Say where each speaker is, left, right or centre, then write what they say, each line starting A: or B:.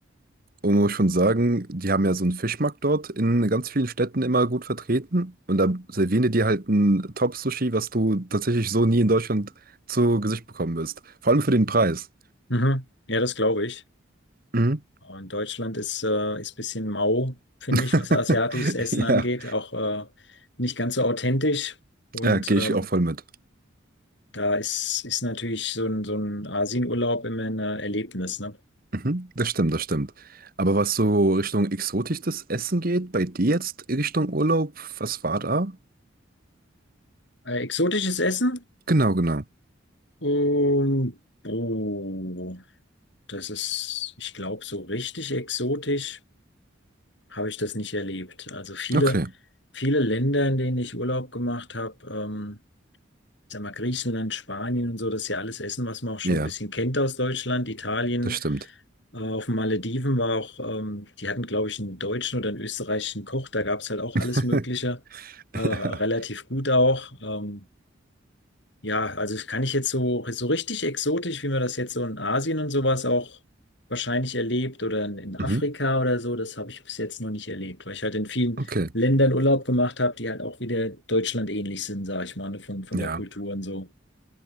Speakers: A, on the right; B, on the left.
A: Und man muss schon sagen, die haben ja so einen Fischmarkt dort in ganz vielen Städten immer gut vertreten. Und da servieren die dir halt ein Top-Sushi, was du tatsächlich so nie in Deutschland zu Gesicht bekommen wirst. Vor allem für den Preis.
B: Mhm. Ja, das glaube ich.
A: Mhm.
B: In Deutschland ist äh, ist bisschen mau, finde
A: <laughs>
B: ich, was asiatisches Essen
A: Ja,
B: angeht, auch äh, nicht ganz so authentisch. Und
A: ja, gehe
B: ähm,
A: ich auch voll mit.
B: da ist ist natürlich so ein so ein Asienurlaub immer ein äh, Erlebnis, ne?
A: Mhm. Das stimmt, das stimmt. Aber was so Richtung exotisches Essen geht, bei dir jetzt Richtung Urlaub, was war da?
B: Äh, exotisches Essen?
A: Genau, genau.
B: Um, oh, das ist, ich glaube, so richtig exotisch habe ich das nicht erlebt. Also viele
A: Okay,
B: viele Länder, in denen ich Urlaub gemacht habe. Ähm, sag mal, Griechenland, Spanien und so, das ist ja alles Essen, was man auch schon
A: ja,
B: ein bisschen kennt aus Deutschland, Italien.
A: das stimmt.
B: Äh, Auf den Malediven war auch, ähm, die hatten, glaube ich, einen deutschen oder einen österreichischen Koch, da gab es halt auch alles
A: <laughs>
B: Mögliche, äh, relativ
A: Ja,
B: gut auch. Ähm, ja, also das kann ich jetzt so, so richtig exotisch, wie man das jetzt so in Asien und sowas auch wahrscheinlich erlebt oder in, in Afrika
A: mhm.
B: oder so, das habe ich bis jetzt noch nicht erlebt, weil ich halt in vielen
A: Okay,
B: Ländern Urlaub gemacht habe, die halt auch wieder Deutschland ähnlich sind, sage ich mal, ne, von, von
A: ja,
B: der Kultur und so.